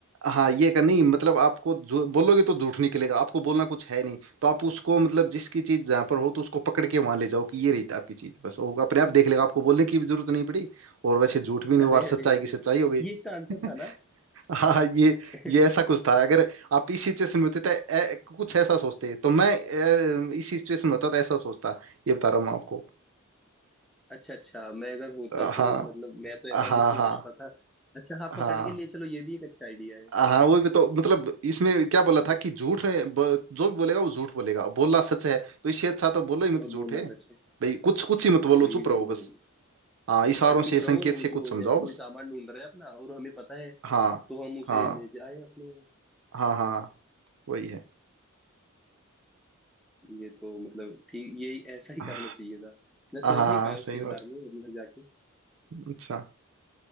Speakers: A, on the right (about 65°); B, in the centre.
A: हाँ ये कर नहीं मतलब आपको जो बोलोगे तो झूठ निकलेगा आपको बोलना कुछ है नहीं तो आप उसको मतलब जिसकी चीज जहाँ पर हो तो उसको पकड़ के वहां ले जाओ कि ये रही थी आपकी चीज बस वो अपने आप देख लेगा आपको बोलने की भी जरूरत नहीं पड़ी और वैसे झूठ भी नहीं
B: अरे
A: हुआ और सच्चाई
B: अरे
A: की
B: अरे
A: सच्चाई हो गई
B: ये इसका आंसर
A: <laughs>
B: था ना
A: हाँ हाँ ये
B: <laughs>
A: ये ऐसा कुछ था अगर आप इस सिचुएशन में होते तो ए, कुछ ऐसा सोचते तो मैं ए, इस सिचुएशन में होता तो ऐसा सोचता ये बता रहा हूँ मैं आपको
B: अच्छा अच्छा मैं अगर होता
A: अ,
B: तो
A: हाँ
B: मतलब मैं तो ऐसा
A: हाँ
B: नहीं सोच
A: हाँ
B: पाता अच्छा हाँ
A: हाँ
B: पकड़ के ले चलो ये भी एक अच्छा आइडिया है
A: हाँ वही तो मतलब इसमें क्या बोला था कि झूठ है, ब- जो भी बोलेगा वो झूठ बोलेगा बोलना सच है तो इससे अच्छा तो बोलो ही मत
B: और
A: झूठ
B: बोलना
A: है
B: सच है
A: भाई कुछ कुछ ही मत बोलो
B: वही
A: चुप रहो
B: वही
A: बस
B: बोल
A: हाँ इशारों
B: हाँ चुप
A: से
B: रहो
A: संकेत
B: और वो
A: से कुछ
B: जो
A: समझाओ
B: जैसे कोई
A: बस
B: सामान ढूंढ रहा है अपना और हमें पता है
A: हाँ
B: तो हम उसे
A: हाँ
B: ले जाए अपने
A: हाँ हाँ वही है
B: ये तो मतलब ठीक यही ऐसा ही
A: हाँ
B: करना चाहिए था मैं सोच
A: हाँ हाँ,
B: नहीं पाया
A: सही
B: उस किरदार
A: बात
B: में मतलब जाके
A: अच्छा